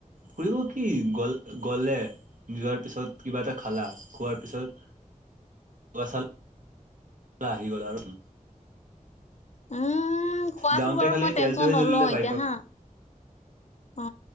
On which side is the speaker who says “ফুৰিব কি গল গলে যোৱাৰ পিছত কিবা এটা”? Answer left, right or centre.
Right